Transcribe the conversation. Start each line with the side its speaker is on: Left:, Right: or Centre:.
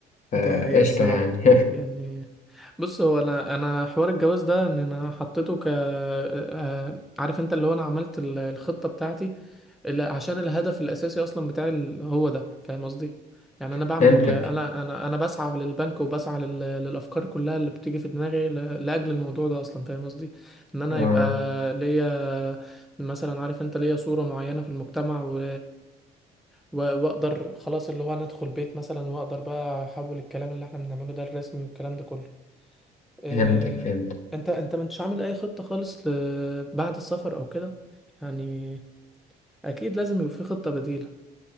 Left: فقشطة
Centre: دي حقيقة الصراحة
Left: يعني
Centre: يعني بص هو انا انا حوار الجواز ده ان انا حطيته ك آه، آه، عارف انت اللي هو انا عملت ال- الخطة بتاعتي اللي عشان الهدف الاساسي اصلا بتاعي ال- هو ده فاهم قصدي يعني
Left: <laughs>
Centre: انا بعمل
Left: فهمتك
Centre: انا انا انا بسعى للبنك وبسعى لل... للافكار كلها اللي بتيجي في دماغي ل... لاجل الموضوع ده اصلا فاهم قصدي ان انا
Left: اه
Centre: يبقى ليا مثلا عارف انت ليا صورة معينة في المجتمع و... و- واقدر خلاص اللي هو انا ادخل بيت مثلا واقدر بقى احول الكلام اللي احنا بنعمله ده الرسمي والكلام ده كله إيه
Left: فهمتك فهمتك
Centre: انت انت مش عامل اي خطة خالص ل- بعد السفر او كده يعني اكيد لازم يبقى في خطة بديلة